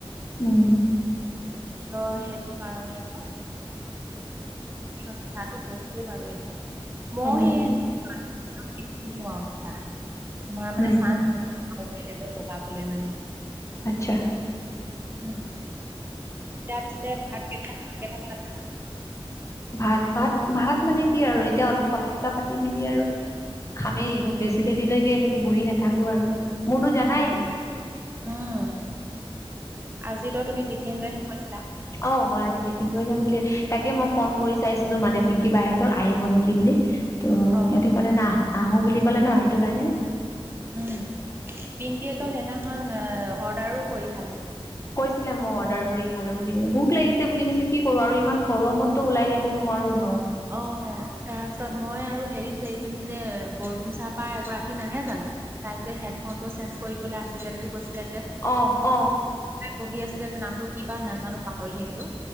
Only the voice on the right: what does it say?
অ', সেইটো কাৰণে আকৌ বিছাটো গৈছে বাৰু এতিয়া, মইয়ো
সেই <unintelligible> <unintelligible> বিছা, তোমাৰ মানে
চাঞ্চ নাপালোঁ চাঞ্চ বেলেগত লগাবলে মানে
উম। এতিয়া পিছে, ভাত কেতিয়া খাবা, কেইটা বাজাত খাবা?
উম
উম, উম, আজিতো, তুমি টিফিন লৈ আহিম কৈছিলা।
অ
উম, পিংকিয়েতো সেইদিনাখন এ অৰ্ডাৰো কৰি খালে।
অ', তাৰপিছত মই আৰু হেৰি যে, এইজনী যে বৰদোমচা পা এগৰাকী নাহে জানো। তাই যে, হেডফোনটো চেঞ্জ কৰিবলৈ আছিলে বুলি কৈছিলে যে।
পঢ়ি আছিলে যে, নামটো কিবা নাজানো, পাহৰি থাকিলো।